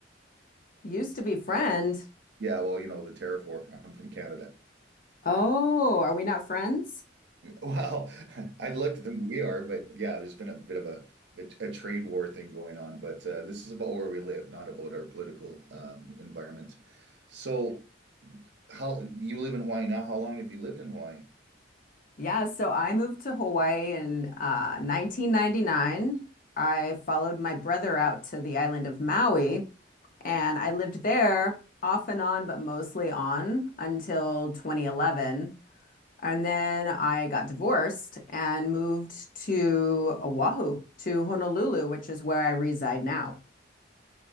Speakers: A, on the left; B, on the right.
A: used to be friend.
B: Yeah, well, you know, the terraform. I'm from Canada.
A: Oh, are we not friends?
B: Well, <laughs> I'd like to think we are, but yeah, there's been a bit of a a, a trade war thing going on. But uh, this is about where we live, not about our political um, environment. So, how you live in Hawaii now? How long have you lived in Hawaii?
A: Yeah, so I moved to Hawaii in uh, 1999. I followed my brother out to the island of Maui, and I lived there off and on, but mostly on until 2011. And then I got divorced and moved to Oahu, to Honolulu, which is where I reside now.